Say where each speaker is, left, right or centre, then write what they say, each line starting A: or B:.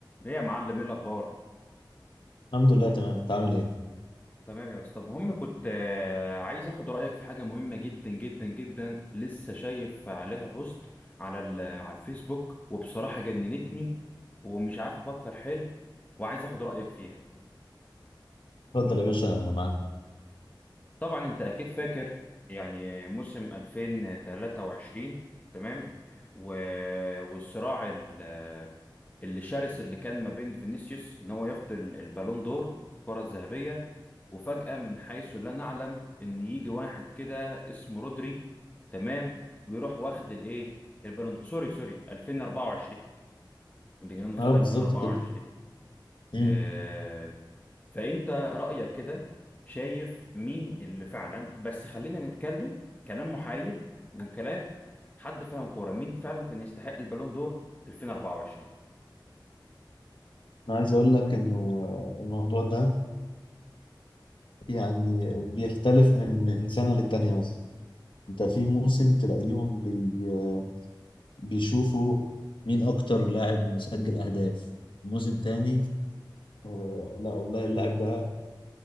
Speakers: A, on the left (about 20°); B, on the left (about 80°).
A: ايه يا معلم ايه الاخبار
B: الحمد لله تمام انت عامل ايه؟
A: تمام يا اسطى المهم كنت آه، عايز اخد رايك في حاجه مهمه جدا جدا جدا لسه شايف عليها بوست على ال- على الفيسبوك وبصراحه جننتني ومش عارف افكر حلو وعايز اخد رايك فيها
B: اتفضل يا باشا انا معاك
A: طبعا انت اكيد فاكر يعني موسم 2023 تمام و... والصراع ال- آه، اللي شرس اللي كان ما بين فينيسيوس ان هو ياخد ال- البالون دور الكره الذهبيه وفجأة من حيث لا نعلم ان يجي واحد كده اسمه رودري تمام ويروح واخد الايه البالون دور سوري سوري 2024 اللي خد
B: اه بالظبط
A: 2024
B: كده امم
A: آه فانت رأيك كده شايف مين اللي فعلا بس خلينا نتكلم كلام محايد وكلام حد فاهم كورة مين فعلا كان يستحق البالون دور 2024
B: انا عايز اقول لك انه آه، الموضوع ده يعني بيختلف من من سنه للتانيه مثلا انت في موسم تلاقيهم بي آه، بيشوفوا مين اكتر لاعب مسجل اهداف موسم تاني آه، لا والله اللاعب ده